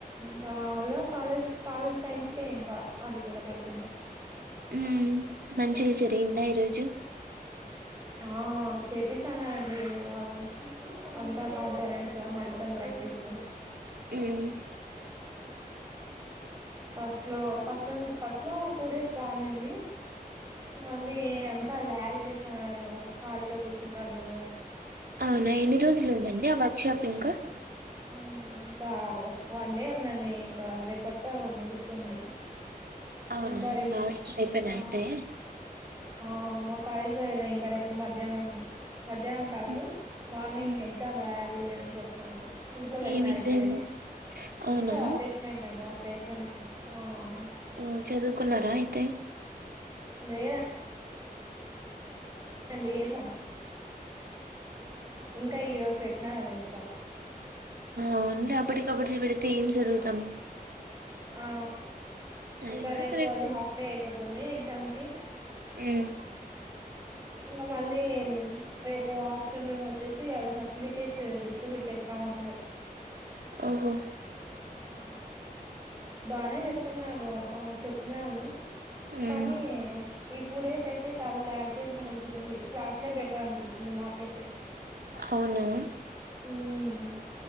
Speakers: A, on the right (about 20°); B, on the right (about 85°).
A: ఇంకా మామూలుగా కాలేజ్ కాలేజ్ టైమ్స్కే ఇంకా అది కూడా పెట్టింది
B: మ్ మంచి చే ఎంద ఈరోజు
A: ఆ చేపిస్తున్నండి వ అంతా కాంపోనెంట్స్ హ్యాండ్స్ అండ్ ప్రాక్టీస్
B: మ్
A: ఫస్ట్ లో ఫస్ట్ ఫస్ట్ లో టూ డేస్ బాగానే ఉన్నింది వ ఆ అంతా ల్యాగ్ చేస్తున్నారు ఖాళీగా కూర్చుంటాన్నాము
B: అవునా ఎన్ని రోజులు ఉందండి ఆ వర్క్ షాప్ ఇంకా
A: హ్మ్ ఇంక వన్ డే ఉందండి ఇంకా రేపటితో ముగుస్తుంది
B: అవునా
A: ఇంకా రేపు
B: లాస్ట్ రేపేనా
A: ఆ
B: అయితే
A: ఆ మా కాలేజ్ లో ఆ ఇంకా రేపు మధ్యాహ్నం మధ్యాహ్నం కాదు
B: ఉమ్,
A: మార్నింగ్
B: ఉమ్.
A: ఎగ్జామ్ రా లేయాన్ని చెప్పన్నారు గూపులో పెట్టినారు
B: ఏం ఎగ్జామ్
A: ఇప్పుడే
B: అవునా
A: ఏందో అసెస్మెంట్ అంట పస్మెంట్స్ ఆ ఆ
B: ఓ చదువుకున్నారా అయితే
A: లేేదం అండి సబ్ ఇంకా ఈ రోజు పెట్టినారు ఇంకా
B: ఆను అప్పటిది అప్పుడే చూపెడితే ఏం చదువుతాం
A: ఆ
B: అది
A: ఇంకా
B: కూడా
A: రేపు
B: కరెక్ట్
A: అది హాఫ్ డే అయిపో త్ తుంది ఎగ్జామ్ కి
B: ఉమ్
A: ఇంక మళ్ళీ న్ రేపు ఆఫ్టర్నూన్ వచ్చేసి వాళ్ళు సర్టిఫికెట్స్ డిస్ట్రిబ్యూట్ చేస్తామన్నారు
B: ఓహో
A: ఆ బానె చెప్తున్నారు ఆ చెప్పినారు కానీ
B: ఉమ్,
A: ఈ టూ డేస్ అయితే చాల ల్యాగ్ చేసినట్టు అనిపించింది క్లాస్లే బెటర్ అనిపించింది మాకైతే
B: హవును
A: ఉమ్